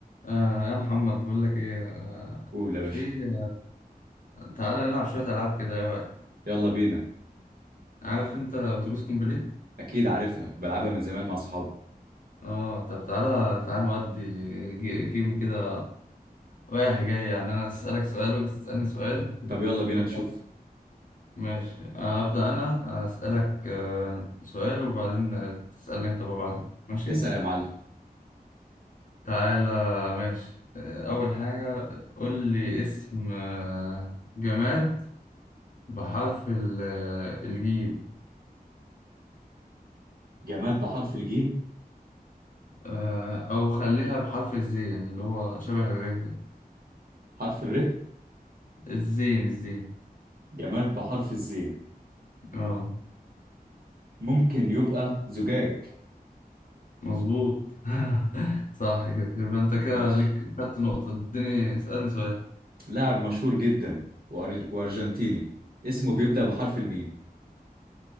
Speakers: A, on the left; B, on the right.
A: آه يا محمد بقول لك ايه آه
B: قول يا باشا
A: في تعالى نلعب شوية ألعاب كده يا وقت
B: يلا بينا
A: عارف انت اتوبيس كومبليت
B: اكيد عارفها بلعبها من زمان مع صحابي
A: اه طب تعالى تعالى نودي جي- جيم كده رايح جاي يعني انا اسألك سؤال وانت تسألني سؤال
B: طب يلا بينا
A: ونقعد
B: نشوف
A: ماشي آه أبدأ انا اسألك آه سؤال وبعدين آه، تسألني انت ببعضك ماشي
B: اسأل يا معلم
A: تعالى ماشي آه اول حاجة قول لي اسم آه، جماد بحرف ال- آه، الجيم
B: جماد بحرف الجيم
A: آه، أو خليها بحرف الزين يعني اللي هو شبه الره ده
B: حرف الر
A: الزين الزين
B: جماد بحرف الزين
A: اه
B: ممكن يبقى زجاج
A: مظبوط <laughs> صح كده يبقى أنت كده
B: ماشي
A: ليك خدت نقطة اديني اسألني سؤال
B: لاعب مشهور جدا وأر- وارجنتيني اسمه بيبدأ بحرف الميم